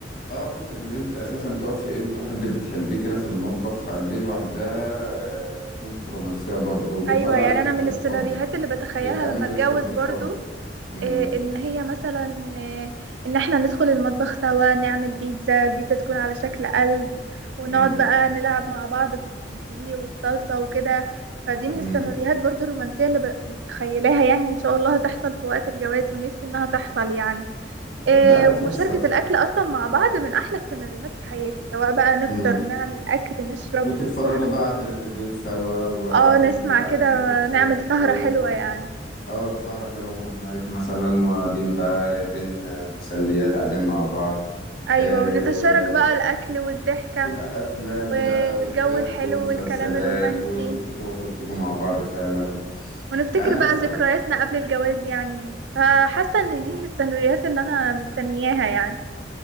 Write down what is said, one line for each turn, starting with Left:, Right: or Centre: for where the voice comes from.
Left: اه حتة اللي انت اساسا تقف في انت وحد بتحبيه كده في المطبخ دي لوحدها آه، قمة الرومانسية برضو بيطلع
Right: ايوه يعني
Left: لك اكل
Right: انا من السيناريوهات
Left: بحب
Right: اللي بتخيلها
Left: بيتعمل
Right: لما اتجوز
Left: لك شرب بحب
Right: برضو
Left: مم.
Right: إيه ان هي مثلا إيه ان احنا ندخل المطبخ سوا نعمل بيتزا البيتزا تكون على شكل قلب ونقعد
Left: مم.
Right: بقى نلعب مع بعض في بالدقيق والصلصة وكده فدي من
Left: مم.
Right: السيناريوهات برضو الرومانسية اللي ب- متخيلاها يعني ان شاء الله هتحصل في وقت الجواز ونفسي انها تحصل يعني إيه
Left: ده
Right: ومشاركة
Left: هتحصل
Right: الاكل اصلا مع بعض من احلى السيناريوهات في حياتي سواء بقى نفطر
Left: مم.
Right: نعمل اكل نشرب
Left: وتتفرجوا
Right: نروح ونيجي
Left: بقى على التلفزيون سوا وقاعدين
Right: اه نسمع
Left: بي- عاملين
Right: كده
Left: موف
Right: نعمل سهرة
Left: نايت
Right: حلوة يعني
Left: اه سهرة حلوة موف نايت مثلا وقاعدين بقى جايبين آه، مسليات قاعدين مع بعض
Right: ايوه
Left: آه،
Right: ونتشارك بقى الاكل والضحكة
Left: والافلام
Right: والجو
Left: بقى والضحك
Right: الحلو
Left: والمسلسلات
Right: والكلام الرومانسي
Left: وبتروح وبتجوا مع بعض فعلا
Right: ونفتكر
Left: يعني انا
Right: بقى
Left: مثلا
Right: ذكرياتنا قبل الجواز يعني فحاسة ان دي من السيناريوهات اللي انا مستنياها يعني